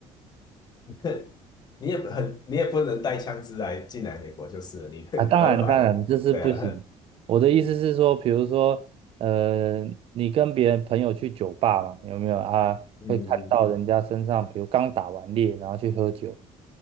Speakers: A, on the left (about 35°); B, on the right (about 50°).
A: <laughs> 你也不很你也不能带枪支来进来美国就是了，你 <laughs>
B: 啊，当然，
A: 合法的。
B: 当然，这是不行。
A: 对啊，
B: 我的意思是说，比如说，呃，你跟别人朋友去酒吧嘛，有没有啊？
A: 嗯，
B: 会看到人家身上，比如刚打完猎，然后去喝酒。